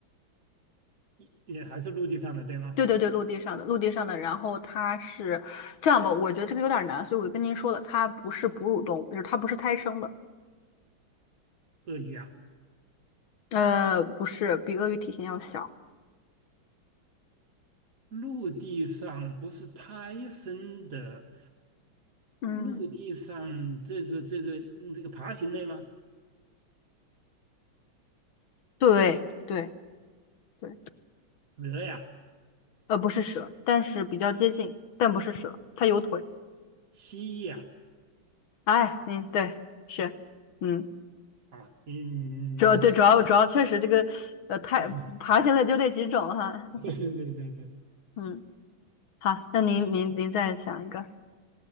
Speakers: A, on the right (about 45°); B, on the left (about 75°).
A: <laughs> 也还是陆地上的，对吗？
B: 对对对，陆地上的，陆地上的，然后它是这样吧，我觉得这个有点难，所以我就跟您说了，它不是哺乳动物，就是它不是胎生的，
A: 鳄鱼啊。
B: 呃，不是，比鳄鱼体型要小，
A: 陆地上不是胎生的，
B: 嗯，
A: 陆地上这个这个嗯这个爬行类吗？
B: 对对对，
A: 鹅呀，
B: 呃，不是蛇，但是比较接近，但不是蛇，它有腿，
A: 蜥蜴呀，
B: 哎，您对是，嗯，
A: 啊，嗯，
B: 主要对主要主要确实这个，呃，太爬行类就那几种哈，
A: <laughs> 对对对对对，
B: <laughs> 嗯，好，那您您您再想一个。